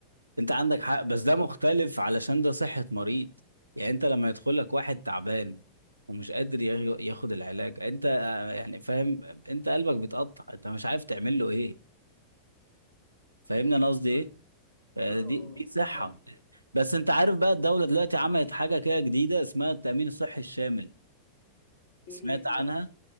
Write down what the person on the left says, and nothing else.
انا
بكلم
اه
اه آه.
يعني
ايه
هي دي
بقى